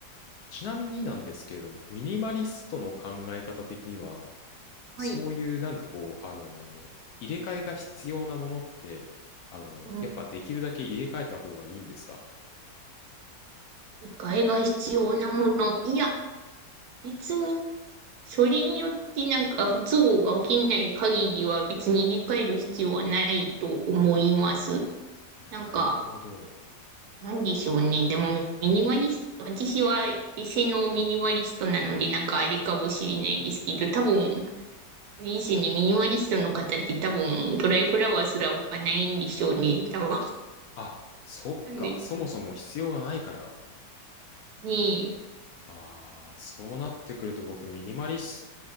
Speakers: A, on the left (about 70°); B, on the right (about 70°).
A: ちなみになんですけれども、ミニマリストの考え方的には、
B: <laughs> はい。
A: そういうなんかこう、あの入れ替えが必要なものって、あのやっぱできるだけ入れ替えた方がいいんですか
B: うん。替えが必要なもの。いや、別に、それによってなんか不都合が起きない限りは別に入れ替える必要はないと思います。
A: なるほど。
B: なんか、なんでしょうね。でも、ミニマリスト、私は異性のミニマリストなので、なんかあれかもしれないですけど、多分、あれですね、ミニマリストの方って多分、ドライフラワーすら置かないんでしょうね。多分。
A: あ、そっか。
B: なんで、
A: そもそも必要がないから。
B: ね
A: ああ、そうなってくると僕、ミニマリス